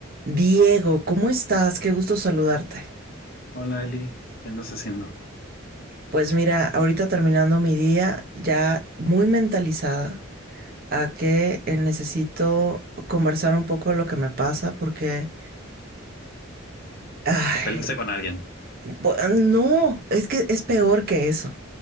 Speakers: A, on the right; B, on the left.
A: Diego, ¿cómo estás? Qué gusto saludarte.
B: Hola Eli, ¿qué andas haciendo?
A: Pues mira, ahorita terminando mi día, ya muy mentalizada a que eh, necesito conversar un poco de lo que me pasa porque, ay,
B: ¿Te peleaste con alguien?
A: bu- no, es que es peor que eso,